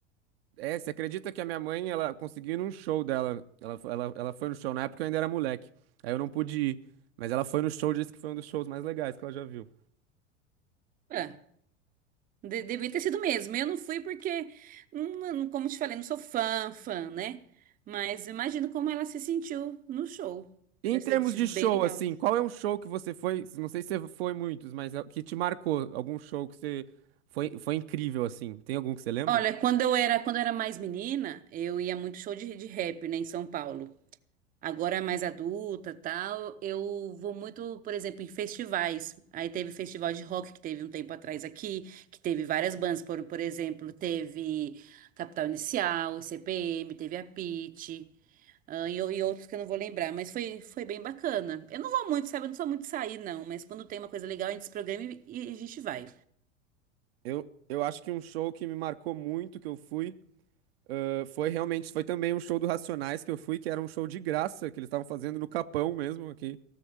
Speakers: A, on the right; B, on the right.
A: É, você acredita que a minha mãe, ela conseguiu ir num show dela, ela, fo- ela, ela foi no show, na época eu ainda era moleque, aí eu não pude ir, mas ela foi no show, disse que foi um dos shows mais legais que ela já viu.
B: Ah, de- devia ter sido mesmo. Eu não fui porque, não, não- como te falei, não sou fã, fã, né? Mas imagino como ela se sentiu no show.
A: E
B: Deve
A: Em termos
B: ter sido
A: de
B: bem
A: show,
B: legal.
A: assim, qual é um show que você foi? Não sei se você foi muitos, mas é- que te marcou? Algum show que você foi, foi incrível, assim? Tem algum que você lembra?
B: Olha, quando eu era, quando eu era mais menina, eu ia muito show de, de rap, né, em São Paulo. Agora é mais adulta, tal, eu vou muito, por exemplo, em festivais. Aí teve festival de rock que teve um tempo atrás aqui, que teve várias bandas, por, por exemplo, teve Capital Inicial, CPM, teve a Pitty, ah, e, o- e outros que eu não vou lembrar, mas foi, foi bem bacana. Eu não vou muito, sabe? Eu não sou muito de sair, não, mas quando tem uma coisa legal, a gente se programa e, e a gente vai.
A: Eu, eu acho que um show que me marcou muito, que eu fui. Ah, foi realmente, foi também um show do Racionais que eu fui, que era um show de graça, que eles estavam fazendo no Capão mesmo, aqui